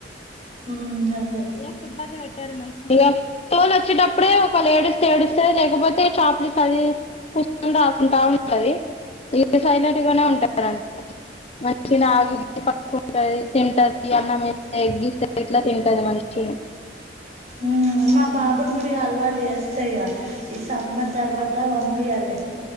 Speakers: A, on the right; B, on the left.
A: ఉమ్ అదే
B: ఏబ మ ఇ తోల్ వచ్చేటప్పుడే ఒక ఏడుస్తే ఏడుస్తంది లేకపోతే చాప్లిస్ అది కూసుంట ఆకుంటా ఉంటది ఇది సైలెంట్ గానే ఉంటారండి మంచి ఆగి పంటంది తింటంది అన్నమ ఎగ్గిస్త ఇట్లా తింటది మంచి చె
A: ఉమ్ మా బాబుని కూడా ఈ అలవాటు చేస్తాయిక ఈ సమ్మర్ తర్వాత పంపయాలి